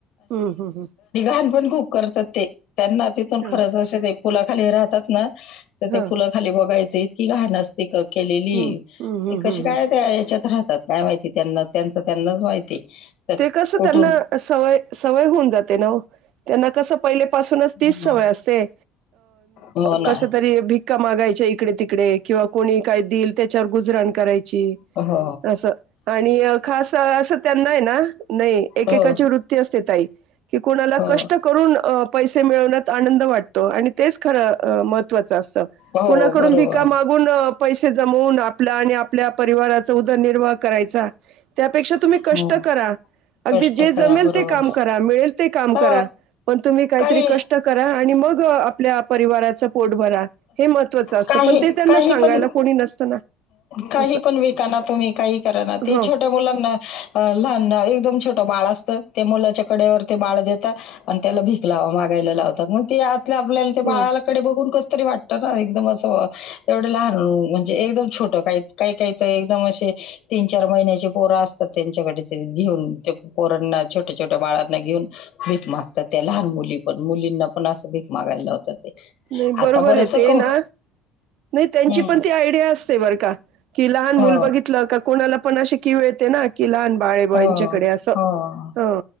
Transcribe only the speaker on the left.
लहान पण खूप करतात ते त्यांना तिथून
खरंच असे ते पुलाखाली राहतात ना. तर ते
पुलाखाली बघायच इतकी घाण असते. केलेली
ते कशी
काय
याच्यात राहतात काय माहिती त्यांना त्यांच त्यांनाच माहिती. तर
कुठून
हं.
हो ना.
हो
हो,
हो,
हो
बरोबर.
हो.
कष्ट
करा
बरोबर.
हो
काही
काही
काही
पण
काही
पण विकाना तुम्ही काही करा ना त
छोट्या मुलांना लहाना एकदम छोटं बाळ असतं त्या मुलाच्या कड्यावर ते बाळ देतात आणि त्याला भीक ला मागायला लावतात मग ते आपल्याला
बाळाकडे बघून कस तरी वाटत ना एकदम असं एवढं लहान म्हणजे एकदम छोट काही काही काही तएकदम असे तीन चार महिन्याचे पोर असतात त्यांच्याकडे घेऊन पोरना छोट्या छोट्या बाळांना घेऊन भीक मागतात त्या लहान मुली पण मुलींना पण अस भीक मागायला लावतात. ते.
आता
बरंचसं
क
हं.
हो,
हो,
हो.